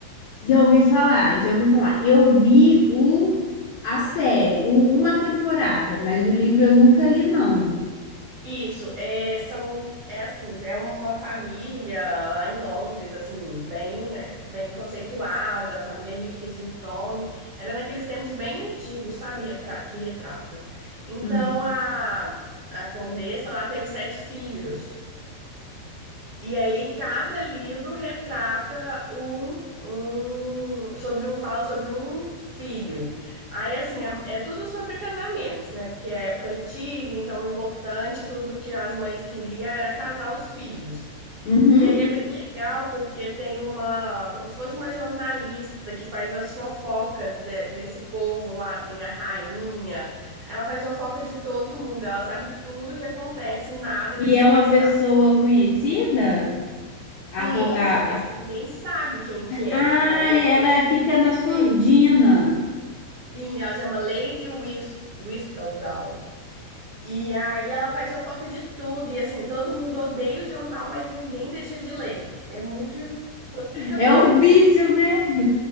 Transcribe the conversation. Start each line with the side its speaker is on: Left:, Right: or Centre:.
Left: Já ouvi falar, já ouvi falar. Eu vi o a série, o- uma temporada, mas o livro eu nunca li, não.
Right: Isso, é, são, é assim, é uma família lá em Londres, assim, bem, bem conceituada, família rica de nome. Era naqueles tempos bem antigos, sabe, retra- que retrata. Então
Left: Hum.
Right: a, a condessa lá teve sete filhos. E aí cada livro retrata um, um sobre um fala sobre um filho. Aí assim, é, é tudo sobre casamentos, né? Porque é época antiga, então o importante, tudo que as mães queriam era casar os filhos.
Left: Uhum.
Right: E aí é bem legal porque tem uma, como se fosse uma jornalista que faz as fofocas de- desse povo lá, tem a rainha. Ela faz fofoca de todo mundo, ela sabe tudo que acontece, nada
Left: E
Right: deixa
Left: é
Right: passar.
Left: uma pessoa conhecida? A,
Right: Sim,
Left: fo- a,
Right: só que assim, ninguém sabe quem que é,
Left: ah,
Right: mas
Left: ela
Right: é alguém que
Left: fica
Right: vive
Left: na
Right: no
Left: surdina.
Right: meio. Sim, ela chama Lady Whis- Whistledown. E aí ela faz fofoca de tudo, e assim, todo mundo odeia o jornal, mas ninguém deixa de ler. É muito, fica
Left: É
Right: doido.
Left: um vício, né?